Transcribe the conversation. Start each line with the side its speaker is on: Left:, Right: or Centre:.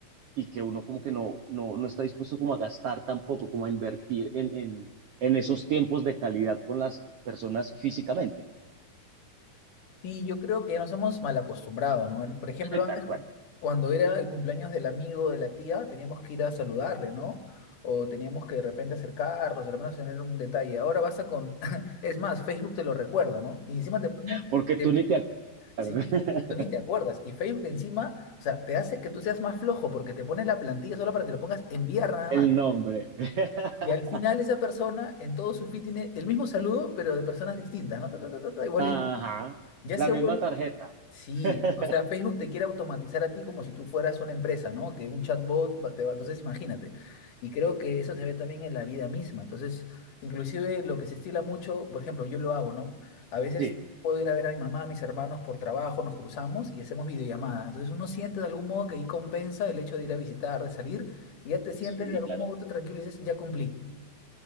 Right: y que uno como que no, no, no está dispuesto como a gastar tampoco, como a invertir en, en, en esos tiempos de calidad con las personas físicamente,
Left: Y yo creo que nos hemos mal acostumbrado, ¿no? El- Por ejemplo,
Right: <laughs>
Left: antes,
Right: tal cual,
Left: cuando era el cumpleaños del amigo de la tía, teníamos que ir a saludarle, ¿no? O teníamos que de repente acercarnos, al menos tener un detalle. Ahora vas a con... <laughs> Es más, Facebook te lo recuerda, ¿no? Y encima te pone...
Right: porque
Left: te-
Right: tú ni te acuerdas
Left: Sí,
Right: <laughs>
Left: tú ni te acuerdas. Y Facebook encima, o sea, te hace que tú seas más flojo porque te pone la plantilla solo para que le pongas enviar nada
Right: el
Left: más.
Right: nombre. <laughs>
Left: Y al final esa persona en todo su feed tiene el mismo saludo, pero de personas distintas, ¿no? Ta, ta, ta, ta, ta, igualito.
Right: Ajá,
Left: Ya
Right: la
Left: se
Right: misma
Left: vuelve...
Right: tarjeta.
Left: Sí,
Right: <laughs>
Left: o sea, Facebook te quiere automatizar a ti como si tú fueras una empresa, ¿no? Que un chatbot va- te va, entonces imagínate. Y creo que eso se ve también en la vida misma. Entonces, inclusive lo que se estila mucho, por ejemplo, yo lo hago, ¿no? A veces
Right: Sí,
Left: puedo ir a ver a mi mamá, a mis hermanos por trabajo, nos cruzamos y hacemos videollamada. Entonces uno siente de algún modo que ahí compensa el hecho de ir a visitar, de salir, y ya te sientes
Right: sí,
Left: de algún
Right: claro.
Left: modo tú tranquilo y dices, ya cumplí.